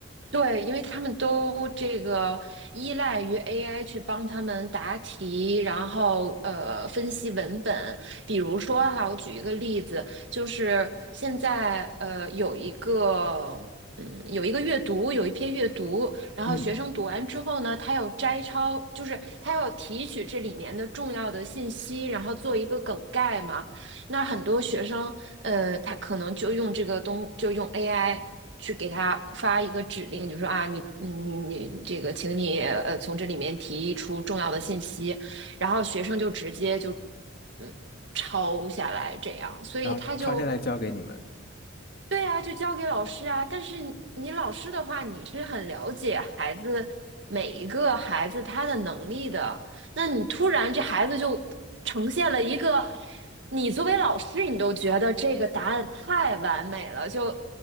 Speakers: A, on the right; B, on the left.
A: 对，因为他们都这个依赖于 AI 去帮他们答题，然后呃分析文本。比如说哈，我举一个例子，就是现在呃有一个嗯有一个阅读，有一篇阅读，然后学生读完之后呢，
B: 嗯，
A: 他要摘抄，就是他要提取这里面的重要的信息，然后做一个梗概嘛。那很多学生呃，他可能就用这个东，就用 AI 去给他发一个指令，就说啊，你你你你这个，请你呃从这里面提出重要的信息，然后学生就直接就嗯抄下来这样，所以他就
B: 然后抄下来交给你们。
A: 对啊，就交给老师啊。但是你你老师的话，你是很了解孩子每一个孩子他的能力的。那你突然这孩子就呈现了一个，你作为老师你都觉得这个答案太完美了，就